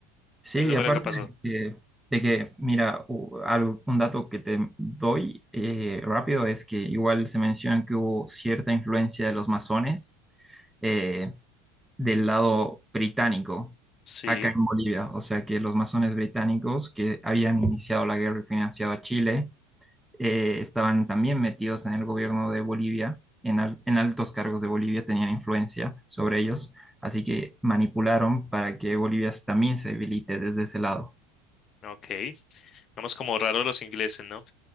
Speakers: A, in the centre; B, on the left.
A: Sí,
B: Eso
A: y
B: fue
A: aparte
B: lo que pasó.
A: de que, de que, mira, u- algo- un dato que te doy eh, rápido es que igual se menciona que hubo cierta influencia de los masones eh, del lado británico
B: Sí,
A: acá en Bolivia. O sea que los masones británicos que habían iniciado la guerra y financiado a Chile eh, estaban también metidos en el gobierno de Bolivia, en, al- en altos cargos de Bolivia tenían influencia sobre ellos. Así que manipularon para que Bolivia también se debilite desde ese lado.
B: ok. Vamos como raros los ingleses, ¿no?